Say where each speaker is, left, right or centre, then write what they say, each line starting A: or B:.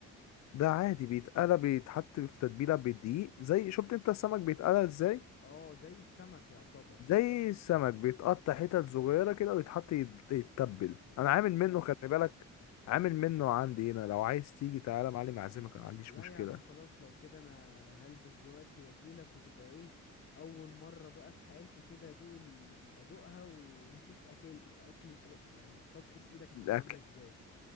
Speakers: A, on the left; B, on the left.
A: ده عادي بيتقلى بيتحط في تتبيلة بالدقيق زي شفت انت السمك بيتقلى ازاي
B: اه زي السمك يعتبر
A: زي السمك بيتقطع حتت صغيرة كده ويتحط يت- يتبل انا عامل
B: ايوه
A: منه
B: فاهمك
A: خلي بالك عامل منه عندي هنا لو عايز تيجي تعالى يا معلم اعزمك انا ما عنديش
B: لا
A: مشكلة
B: يا عم خلاص لو كده انا هلبس دلوقتي واجيلك وتبقى ايه اول مره بقى في حياتي كده ادوق ال... ادوقها ونشوف اكل اكل أك- يعني طبخه ايدك هتبقى
A: الاكل
B: عامله ازاي